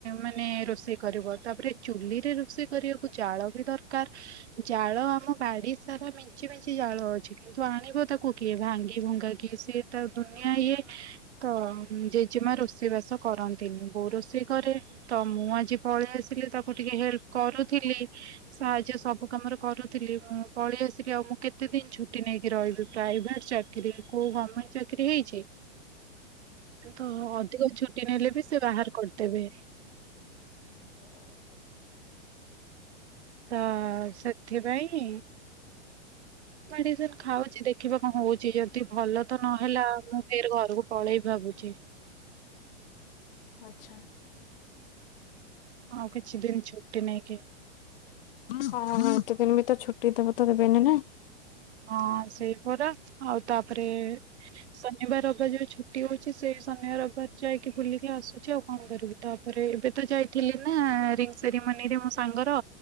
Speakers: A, on the right; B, on the left.
A: ମାନେ ରୋଷେଇ କରିବ ତାପରେ ଚୁଲିରେ ରୋଷେଇ କରିବାକୁ ଜାଳ ବି ଦରକାର ଜାଳ ଆମ ବାଡି ସାରା ମିଞ୍ଚି ମିଞ୍ଚି ଜାଳ ଅଛି କିନ୍ତୁ ଆଣିବ ତାକୁ କିଏ ଭାଙ୍ଗି ଭଙ୍ଗା କିି ସିଏ ତା ଦୁନିଆ ଇଏ ତ ଜେଜେମା ରୋଷେଇ ବାସ କରନ୍ତିନି ବୋଉ ରୋଷେଇ କରେ ତ ମୁଁ ଆଜି ପଳେଇ ଆସିଲି ତାକୁ ଟିକେ ହେଲ୍ପ କରୁ ଥିଲି ସାହାଯ୍ୟ ସବୁ କାମରେ କରୁଥିଲି ମୁଁ ପଳେଇ ଆସିଲି ଆଉ ମୁଁ କେତେ ଦିନ ଛୁଟ ଛୁଟି ନେଇକି ରହିବି ପ୍ରାଇଭେଟ ଚାକିରି କୋଉ ଗମେଣ୍ଟ ଚାକିରୀ ହେଇଛି ତ ଅଧିକ ଛୁଟି ନେଲେ ବି ସେ ବାହାର କରିଦେବେ। ତ ସେଥିପାଇଁ ମେଡିସିନ ଖାଉଛି ଦେଖିବା ହଁ ହଉଛି ଯଦି ଭଲ ତ ନହେଲା ମୁଁ ସେରେ ଘରକୁ ପଳେଇ ଭାବୁଛି।
B: ଆଛା।
A: ଆଉ କିଛି ଦିନ ଛୁଟି ନେଇକି
B: ହଁ ହଁ ଏତେ ଦିନ ବି ତ ଛୁଟି ଦେବ ତ ଦେବେନି ନା।
A: ହଁ ସେଇ ପରା ଆଉ ତାପରେ ଶନିବାର ରବିବାର ଯୋଉ ଛୁଟି ହଉଛି ସେଇ ଶନିବାର ରବିବାର ଯାଇକି ବୁଲିକି ଆସୁଛି ଆଉ କଣ କରିବି ତାପରେ ଏବେ ତ ଯାଇଥିଲି ନା ରିଙ୍ଗ ସେରିମୋନିରେ ମୋ ସାଙ୍ଗର।